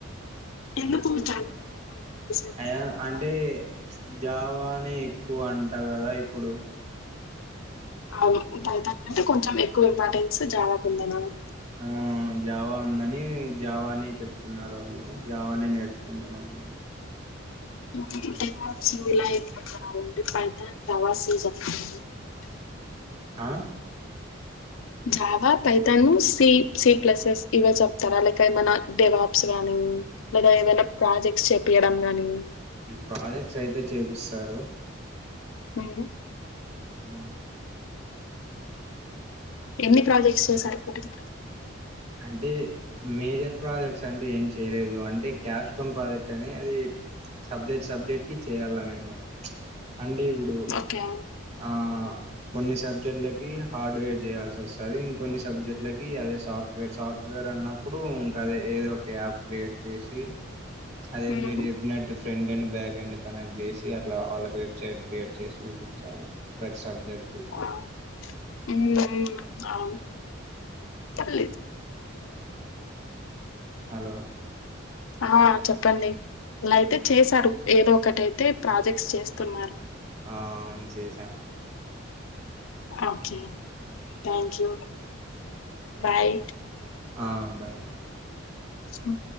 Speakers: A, on the left; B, on the right.
A: ఎందుకు <unintelligible> ఈజీ అంటున్నారు
B: అయా
A: అందరూ
B: అంటే జావానే ఎక్కువ అంట కదా ఇప్పుడు?
A: అవును, పైతాన్ కంటే కొంచెం ఎక్కువ ఇంపార్టెన్స్ జావాకు ఉందన్నమా
B: ఆ జావా ఉందని, జావానే చెప్తున్నారాళ్ళు జావానే నేర్చుకుంటున్నాం మేము.
A: <unintelligible>
B: ఆ?
A: Java, Python, C, C pluses ఇవే చెప్తారాలైతే ఏమనా <unintelligible> గాని లేదా ఏమైనా ప్రాజెక్ట్స్ చెప్పియడం గాని
B: ప్రాజెక్ట్స్ అయితే చేపిస్తారు.
A: మీరు
B: హ్
A: ఎన్ని ప్రాజెక్ట్స్ చెసారు ఇప్పటికీ
B: అంటే మేజర్ ప్రాజెక్ట్స్ అంటే ఏం చేయలేదు. అంటే క్యాప్స్టోన్ ప్రాజెక్ట్ అని అది సబ్జెక్ట్ సబ్జెక్ట్ కి చేయాల మేము. చ్ అంటే ఇ ప్పుడు
A: ఓకే
B: ఆ కొన్ని సబ్జెక్ట్లు కి హార్డ్వేర్ చేయాల్సి వస్తది. ఇంకొన్ని సబ్జెక్ట్ లకి అదే సాఫ్ట్ వేర్ సాఫ్ట్వేర్ అన్నప్పుడు ఇంకా అదే ఏదో ఒక యాప్ క్రియేట్ చేసి అదే
A: మ్మ్
B: మీరు చెప్పినట్టు front end, back end connect చేసి అట్లా వాళ్ళకి వెబ్సైట్ క్రియేట్ చేసి చూపించాలి ప్రతి సబ్జెక్ట్కి.
A: ఆ మ్మ్ అవును పర్లేదు
B: హలో
A: ఆ చెప్పండి అలా అయితే చేశారు ఏదో ఒకటైతే ప్రాజెక్ట్స్ చేస్తున్నారు.
B: ఆ అవును చేసా.
A: Okay thank you. బాయ్.
B: ఆ బాయ్.
A: హ్